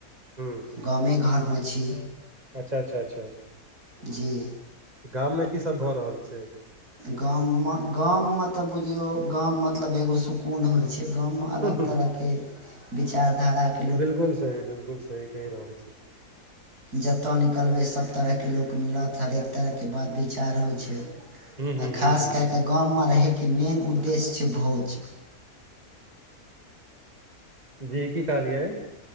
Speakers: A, on the right (about 25°); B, on the right (about 90°).
A: हूं
B: गामे घर मे छी।
A: अच्छा, अच्छा, अच्छा,
B: जी
A: गाम मे की सब भऽ रहल छै?
B: गाम म - गाम म तऽ बुझियौ गाम मतलब एगो सुकून होइ छै। एक गाम मे
A: छै
B: अलग तरह के विचारधारा के
A: बिलकुल सही बिलकुल सही कहि रहल छी।
B: जतऽ निकलबै सब तरहके लोक मिलत हरेक तरह के बात विचार होइ छै।
A: हूँ हूँ
B: आ खास
A: हूँ हूँ
B: केए कऽ गाम मे रहय के मेन उद्देश्य छै भोज।
A: जी की कहलियै?